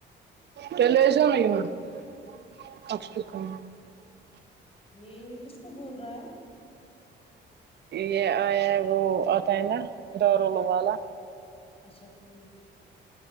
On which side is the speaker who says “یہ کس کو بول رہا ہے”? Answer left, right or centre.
Left